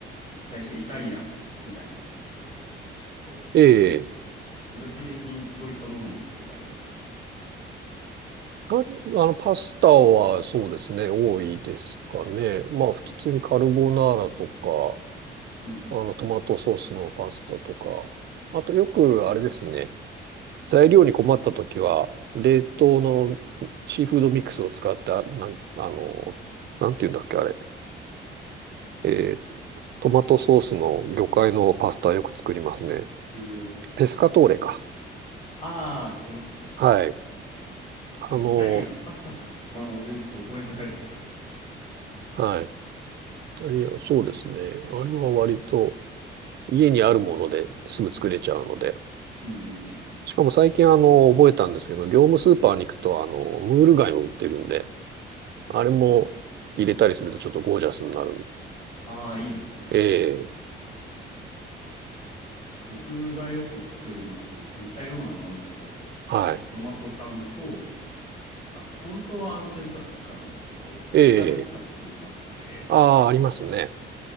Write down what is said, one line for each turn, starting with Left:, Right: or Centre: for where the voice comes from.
Left: 最初イタリアンみたいなのを作るっておっしゃってましたけど、
Right: ええ、
Left: 具体的にどういったものを作られるんですか
Right: たあの、パスタはそうですね、多いですかね。まあ、普通にカルボナーラとか、
Left: うんうん。うんうん
Right: あの、トマトソースのパスタとか。あと、よくあれですね、材料に困った時は、冷凍のシーフードミックスを使って、あなん、あの、なんていうんだっけ、あれ。えートマトソースの魚介のパスタよく作りますね。
Left: うん。へえ、
Right: ペスカトーレか。
Left: 確か。ああー、ありますね。
Right: はい。
Left: <laughs>
Right: あの、
Left: イタリアン、パスタって覚えづらいですよね。
Right: はい。いや、そうですね。あれは割と家にあるものですぐ作れちゃうので。
Left: <laughs> うんうん
Right: しかも最近あの、覚えたんですけど、業務スーパーに行くとあの、ムール貝も売ってるんで、あれも入れたりするとちょっとゴージャスになる。
Left: うん。はいはいはい。ああ、いいですね。
Right: ええ、
Left: 確かに。僕がよく作るの、似たようなものだと、
Right: はい。
Left: あの、トマト缶と、あと、本当はアンチョビとか使うんですけど、プッタネスカっていうパスタで、
Right: ええ、ああ、ありますね。